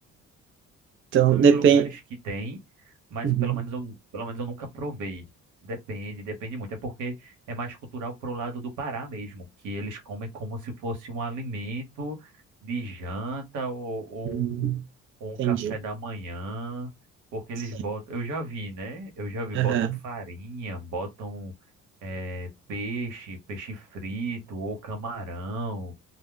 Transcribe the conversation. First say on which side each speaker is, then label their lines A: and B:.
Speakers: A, on the right; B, on the right.
A: Então,
B: Tem
A: depende.
B: uns lugares que tem, mas
A: Uhum.
B: pelo menos eu, pelo menos eu nunca provei. Depende, depende muito. É porque é mais cultural pro lado do Pará mesmo, que eles comem como se fosse um alimento de janta ou, ou
A: Uhum.
B: um, ou
A: Entendi.
B: um café da manhã, porque eles
A: Sim.
B: botam. Eu já vi, né? Eu já vi, botam
A: Aham.
B: farinha, botam eh, peixe, peixe frito ou camarão.